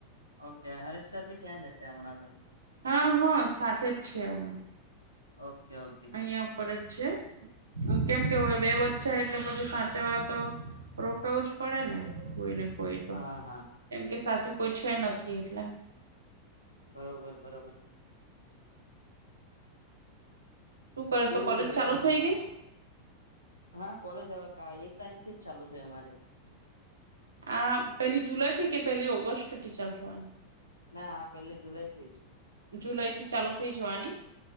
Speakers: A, on the left (about 90°); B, on the right (about 70°).
A: ઓકે હરેશસર બી ત્યાં જશે હમણાં તો
B: હા હા સાથે જ છે અમે..
A: ઓકે. ઓકે
B: અહીંયા ઉપર છે. કેમ કે હવે બે બચ્ચા એટલે પછી સાચવા તો રોકાઉજ પડે ને કોઈને. કોઈ તો
A: હા હા
B: કેમ કે સાથે કોઈ છે નથી એટલે.
A: બરોબર બરોબર.
B: શું કરે
A: કેવું
B: તો કોલેજ
A: રહ્યું
B: ચાલુ થઈ ગઈ.
A: હા કોલેજ હવે એક તારીખ થી જ ચાલુ થઇ અમારી.
B: આ પહેલી જુલાઈથી કે પહેલી ઓગસ્ટથી ચાલુ થવાની?
A: હ હા પેલી જુલાઈથી જ.
B: જુલાઈથી ચાલુ થઇ જવાની.